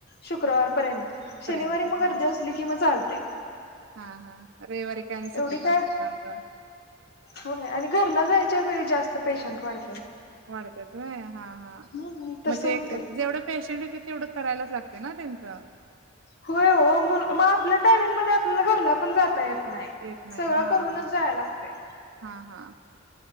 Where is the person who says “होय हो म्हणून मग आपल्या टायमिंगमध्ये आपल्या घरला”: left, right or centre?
Left